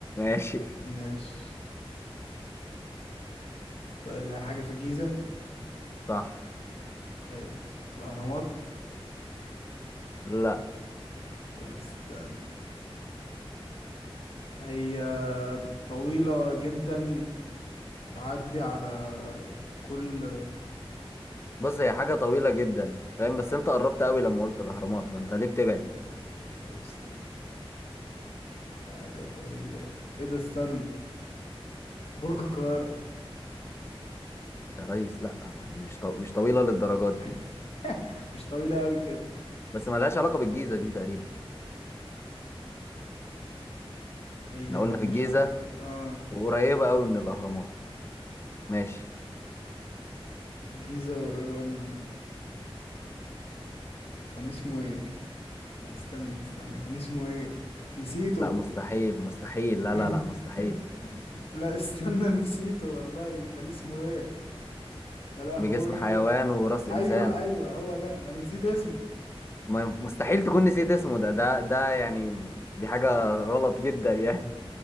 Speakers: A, on the left; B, on the left.
A: ماشي
B: ماشي طيب هي حاجة في الجيزة
A: صح
B: حلو الأهرامات
A: لا
B: طب استنى هي طويلة جدا بتعدي على كل
A: بص هي حاجة طويلة جدا فاهم بس
B: آه.
A: انت قربت قوي لما قلت الاهرامات فانت ليه بتبعد
B: طب استنى حاجة طويلة ايه ده استنى برج القاهرة
A: يا ريس لا يعني مش طو... مش طويلة للدرجة دي
B: <laughs> مش طويلة أوي كده
A: بس ما لهاش علاقة بالجيزة دي تقريبا
B: هي
A: احنا قلنا
B: ملهاش
A: في الجيزة
B: علاقة اه
A: وقريبة قوي من الاهرامات ماشي
B: في الجيزة قريبة أوي من الأهرامات كان اسمه ايه لا استنى استنى كان اسمه ايه نسيته
A: لا مستحيل مستحيل لا
B: <laughs>
A: لا لا مستحيل
B: لا استنى نسيته والله كان اسمه ايه يا لهوي
A: بجسم حيوان وراس
B: ايوه
A: انسان
B: ايوه هو ده ما انا نسيت اسمه
A: <laughs> ما ينف- مستحيل تكون نسيت اسمه ده ده ده يعني دي حاجة غلط جدا يعني